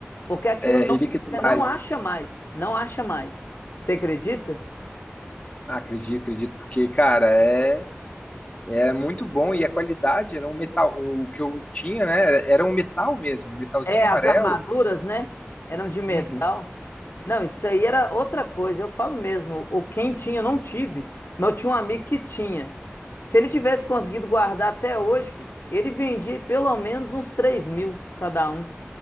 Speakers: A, on the left; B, on the left.
A: Porque aquilo
B: É
A: não...
B: relíquia
A: Você
B: demais,
A: não acha
B: né?
A: mais. Não acha mais. Você acredita?
B: Ah, acredito, acredito, porque, cara, é, é muito bom e a qualidade era um metal. O que eu tinha, né? Era um metal mesmo, um metalzinho
A: É,
B: amarelo.
A: as armaduras, né? Eram de metal.
B: Uhum.
A: Não, isso aí era outra coisa. Eu falo mesmo, o quem tinha, eu não tive, mas eu tinha um amigo que tinha. Se ele tivesse conseguido guardar até hoje, fi, ele vendia pelo menos uns 3 mil cada um.